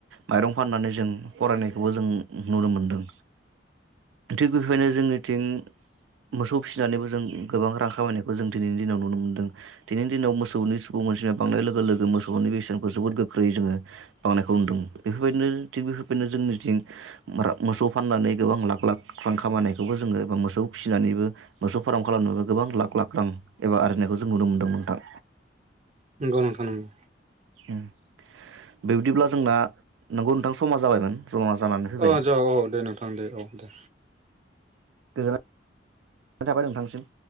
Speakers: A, on the right (about 85°); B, on the right (about 35°).
A: माइरं फाननानै जों फरायनायखौबो जों नुनो मोनदों। थिग बेखायनो जोंनिथिं मोसौ फिसिनानैबो जों गोबां रां खामायनायखौ जों दिनैनि दिनाव नुनो मोनदों। दिनैनि दिनाव मोसौनि सुबुं मोनसिया बांनाय लोगो लोगो मोसौनि बेस जोंफोर जोबोद गोख्रै जोङो बांनायखौ नुदों। बेफोरबायदिनो थिग बेफोरबायदिनो जोंनिथिं बारा मोसौ फाननानै गोबां लाख लाख रां खामायनायखौबो जोङो एबा मोसौ फिसिनानैबो मोसौ फार्म खालामनोबो गोबां लाख लाख रां एबा आरजिनायखौ जों नुनो मोन्दों नोंथां।
B: नोंखौ नोंथां नोंगौ।
A: उम बिबदिब्ला जोंना नोंगौ नोंथां समा जाबायमोन। जमा जानानै फैबाय
B: अ' जाव औ दे नोंथां दे औ दे।
A: गोजोननाय थाबाय नोंथांनिसिम।